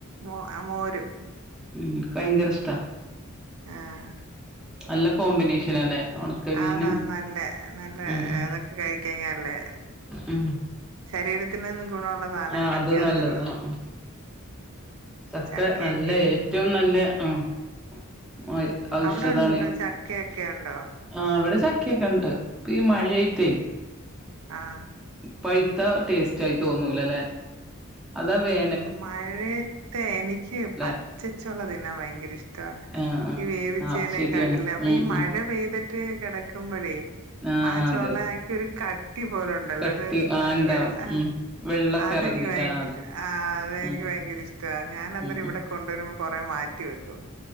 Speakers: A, on the right (about 70°); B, in the centre.
A: മോ ആ മോരും
B: ഉം എനിക്ക് ഭയങ്കര ഇഷ്ട്ട
A: ആഹ്
B: നല്ല കോമ്പിനേഷൻ ആ ഇല്ലേ ഒണക്കെ മീനും
A: ആന്ന് ആന്ന് നല്ല നല്ല
B: ഉം ഉം
A: അതൊക്കെ കഴിക്കഴിഞ്ഞാല്ലേ
B: ഉം
A: ശരീരത്തിന് എന്നും ഗുണമുള്ള സാധനങ്ങളൊക്കെയാന്നല്ലോ
B: ആഹ് അത് നല്ലത് ആഹ് ആഹ് ചക്ക
A: ചക്കയൊക്കെ
B: നല്ല ഏറ്റവും നല്ല ആഹ്- ഔഷധാണ്
A: അവിടെ ഉണ്ടോ ചക്കയൊക്കെ ഉണ്ടോ
B: ആ ഇവിടെ ചക്കയൊക്കെണ്ട് ഇപ്പ ഈ മഴയായിട്ടേ
A: ആഹാ
B: പഴുത്ത ടേസ്റ്റ് ആയി തോനൂലല്ലേ അതാ വേ-
A: മഴയത്തെ എനിക്ക്
B: അല്ലെ
A: പച്ചച്ചുള തിന്നാൻ ഭയങ്കര ഇഷ്ടാ
B: ആഹ് ആഹ്
A: ഈ വേവിച്ചേനെക്കാട്ടിലും
B: ആഹ് ശരിയാണ്
A: അപ്പൊ
B: ഉം
A: ഈ മഴ
B: ഉം
A: പെയ്തിട്ട് - പ്പ ഈ കെടക്കുമ്പോഴേ
B: ആഹ്
A: ആ
B: അതെ
A: ചൊളക്ക് ഒരു കട്ടി പോലെയുണ്ട് ണ്ടല്ലോ
B: കട്ടി ആഹ് ഉണ്ടാവും ഉം വെള്ളൊക്കെ
A: അതെനിക്ക്
B: ഇറങ്ങി
A: <unintelligible>
B: ആഹ് അതെ
A: ആ അതെനിക്ക്
B: ഉം
A: ഭയങ്കര ഇഷ്ട്ടവാ ഞാൻ അന്നേരം
B: ഉം
A: ഇവിടെ കൊണ്ടുവരുമ്പോ കൊറേ മാറ്റി വെക്കും